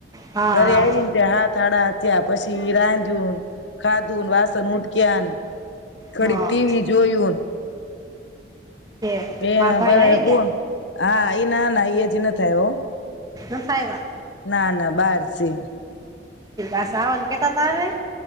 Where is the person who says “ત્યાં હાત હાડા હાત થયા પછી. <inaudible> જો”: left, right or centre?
Left